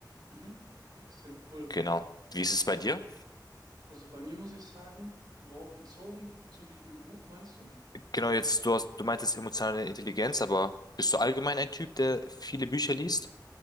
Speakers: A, on the right (about 60°); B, on the left (about 60°).
A: Mhm. Extrem cool.
B: Genau. Wie ist
A: Was
B: es
A: mich
B: bei dir?
A: Also bei mir muss ich sagen, worauf bezogen, bezüglich einem Buch meinst du?
B: Genau, jetzt, du hast, du meintest emotionale Intelligenz, aber bist du allgemein ein Typ, der viele Bücher liest?